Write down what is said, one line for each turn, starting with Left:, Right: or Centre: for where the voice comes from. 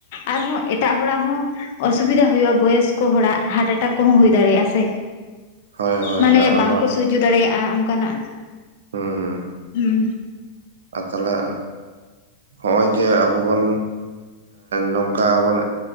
Left: ᱟᱨᱦᱚᱸ ᱮᱴᱟᱜ ᱦᱚᱲᱟᱜ ᱦᱚᱸ ᱚᱥᱩᱵᱤᱫᱟ ᱦᱩᱭᱩᱜᱼᱟ ᱵᱚᱭᱚᱥᱠᱚ ᱦᱚᱲᱟᱜ ᱦᱟᱴᱦᱟᱴᱟᱠ ᱠᱚᱦᱚᱸ ᱦᱩᱭ ᱫᱟᱲᱮᱭᱟᱜᱼᱟ ᱥᱮ
Right: ᱦᱳᱭ ᱦᱳᱭ
Left: ᱢᱟᱱᱮ
Right: ᱟᱨ
Left: ᱵᱟᱝᱠᱚ
Right: ᱚᱱᱟ
Left: ᱥᱟᱡᱡᱚ ᱫᱟᱲᱮᱭᱟᱜᱼᱟ ᱚᱱᱠᱟᱱᱟᱜ
Right: ᱦᱩᱸ ᱦᱩᱸ
Left: ᱦᱩᱸ
Right: ᱟᱨ ᱛᱟᱦᱚᱞᱮ ᱦᱚᱸᱜᱼᱚᱭ ᱡᱮ ᱟᱵᱚ ᱵᱚᱱ ᱱᱚᱝᱠᱟ ᱵᱚᱱ